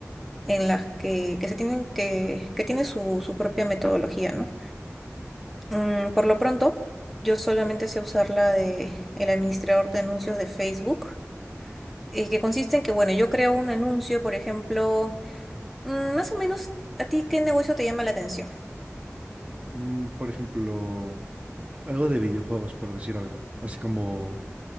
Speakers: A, in the centre; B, on the right (about 25°).
A: en las que, que se tienen que, que tiene su, su propia metodología, ¿no? Mm, por lo pronto, yo solamente sé usar la de el administrador de anuncios de Facebook, eh, que consiste en que, bueno, yo creo un anuncio, por ejemplo, mm, más o menos, ¿a ti qué negocio te llama la atención?
B: Mm, por ejemplo, algo de videojuegos, por decir algo. Así como